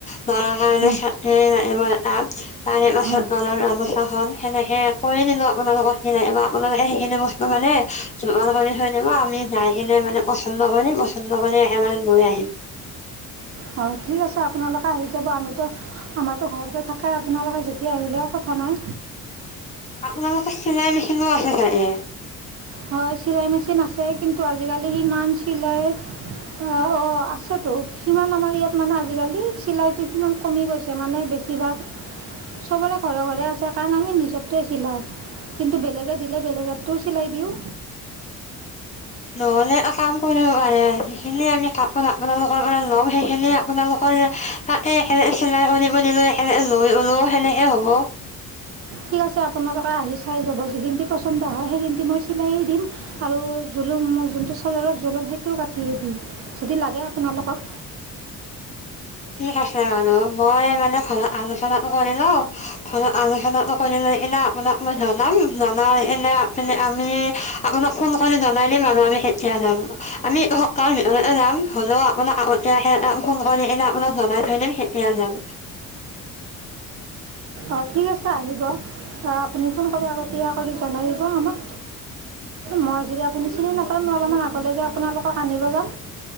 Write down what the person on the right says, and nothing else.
উম,
হয়
হয় ঠিক আছে আপোনালোকে আহি যাব আমিতো আমাৰতো ঘৰতে থাকে আপোনালোকে যেতিয়া আহিলেও কথা নাই
হয় চিলাই মেচিন আছে আছে কিন্তু আজিকালি সিমান চিলাই অঁ আছেতো সিমান আমাৰ ইয়াত মানে আজিকালি চিলাইটো সিমান কমি গৈছে মানে বেছিভাগ চবৰে ঘৰে ঘৰে আছে কাৰণ আমি নিজতোৱে চিলাওঁ কিন্তু বেলেগে দিলে বেলেগো চিলাই দিওঁ
ঠিক আছে আপোনালোকে আহি চাই যাব যিখিনি পচন্দ হয় সেইখিনি মই চিলাই দিম আৰু জোলোম মই যোনটো চাৰ্জাৰত জোলোম সেইটোও কাটিয় দিম যদি লাগে আপোনালোকক
অঁ ঠিক আছে আহিব অ আপুনি ফোন কৰি আগতীয়া কৰি জনাই দিব আমাক মই যদি আপুনি চিনি নাপায় মই অলপমান আগলৈকে আপোনালোকক আনিব যাম